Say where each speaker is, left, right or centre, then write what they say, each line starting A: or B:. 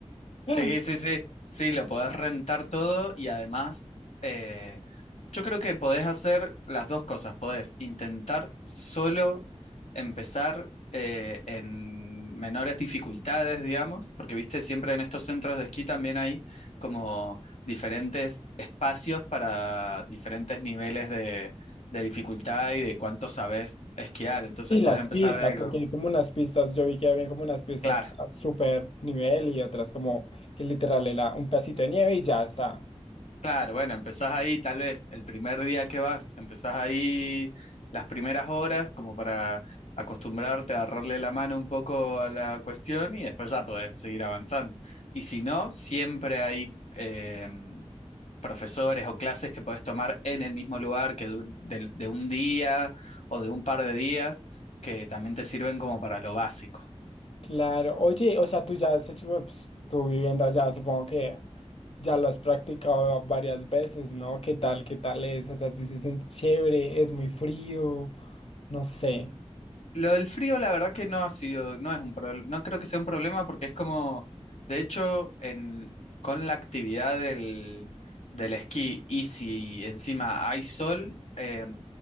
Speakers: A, on the left (about 75°); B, on the left (about 60°).
A: Sí,
B: <laughs>
A: sí, sí, sí, lo podés rentar todo y además eh, yo creo que podés hacer las dos cosas, podés intentar solo empezar eh, en menores dificultades, digamos, porque viste, siempre en estos centros de esquí también hay como diferentes espacios para diferentes niveles de, de dificultad y de cuánto sabés esquiar, entonces
B: Y
A: podés
B: las
A: empezar
B: pistas,
A: de Claro.
B: porque
A: algo,
B: hay como unas pistas, yo vi que había como unas pistas
A: claro,
B: a super nivel y otras como que literal era un pedacito de nieve y ya está.
A: Claro, bueno, empezás ahí tal vez el primer día que vas, empezás ahí las primeras horas como para acostumbrarte a agarrarle la mano un poco a la cuestión y después ya podés seguir avanzando. Y si no, siempre hay em, profesores o clases que podés tomar en el mismo lugar que du- del- de, un día o de un par de días que también te sirven como para lo básico.
B: Claro, oye, o sea, tú ya has hecho, bueno, pues, tú viviendo allá, supongo que ya lo has practicado varias veces, ¿no? ¿Qué tal, qué tal es? O sea, si se siente chévere, es muy frío, no sé.
A: Lo del frío, la verdad que no ha sido, no es un problema, no creo que sea un problema porque es como, de hecho, en, con la actividad del, del esquí y si encima hay sol, eh,